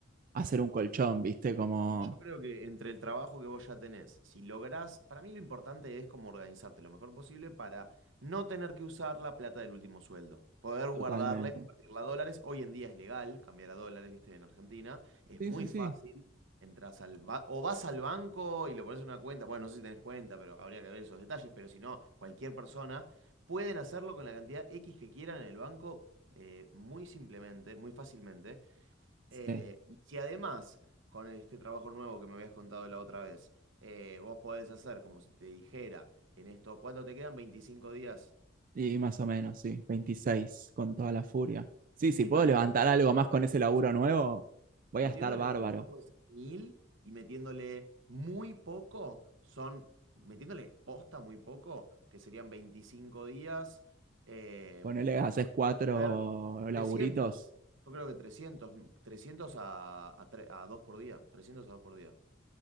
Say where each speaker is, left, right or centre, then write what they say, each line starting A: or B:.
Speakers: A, on the right; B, on the right.
A: hacer un colchón, ¿viste? Como
B: Y Yo creo que entre el trabajo que vos ya tenés, si lográs, para mí lo importante es como organizarte lo mejor posible para no tener que usar la plata del último sueldo, poder guardarla
A: totalmente.
B: y convertirla a dólares. Hoy en día es legal cambiar a dólares, viste, en Argentina, es
A: Sí,
B: muy
A: sí, sí.
B: fácil. Entras al ba- o vas al banco y lo pones en una cuenta, bueno, no sé si tenés cuenta, pero habría que ver esos detalles, pero si no, cualquier persona pueden hacerlo con la cantidad X que quieran en el banco eh, muy simplemente, muy fácilmente. Eh,
A: Sí.
B: y si además, con este trabajo nuevo que me habías contado la otra vez, eh, vos podés hacer como si te dijera en esto, ¿cuánto te quedan? veinticinco días.
A: Y más o menos, sí, 26 con toda la furia. Sí, si
B: Metiéndole
A: puedo levantar
B: mucho
A: algo
B: puede
A: más
B: ser,
A: con ese laburo
B: puede ser-
A: nuevo, voy
B: metiéndole
A: a estar bárbaro.
B: mucho puede ser mil y metiéndole muy poco son, metiéndole posta muy poco, que serían 25 días, eh,
A: Ponele, haces cuatro
B: a ver
A: laburitos,
B: trescientos Yo creo que trescientos trescientos a, a, tre- a 2 por día, 300 a 2 por día.